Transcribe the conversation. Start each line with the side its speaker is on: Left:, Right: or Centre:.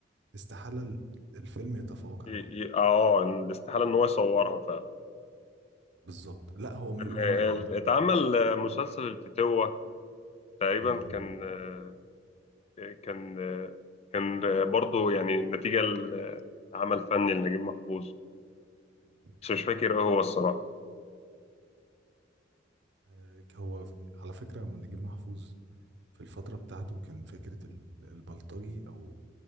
Right: استحاله الفيلم يتفوق عليها
Left: ي- ي- اه آه، الاستحاله ان هو يصورها فعلا
Right: بالظبط لا هو مش
Left: ال-
Right: هو يعني
Left: اتعمل آه، مسلسل الفتوه تقريبا
Right: مم.
Left: كان آه، كان آه، كان آه، برضه يعني نتيجه ل- لعمل فني لنجيب محفوظ
Right: مم.
Left: بس مش فاكر ايه هو الصراحه
Right: آه، هو ف- على فكرة من نجيب محفوظ في الفترة بتاعته كان فكرة ال- البلطجي أو